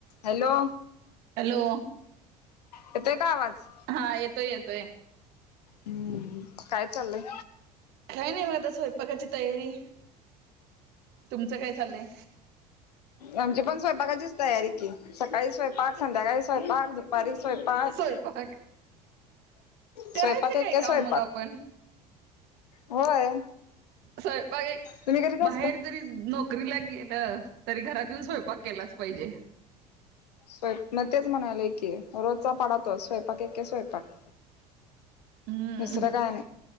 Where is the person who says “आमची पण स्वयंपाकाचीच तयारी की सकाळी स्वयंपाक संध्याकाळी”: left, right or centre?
Left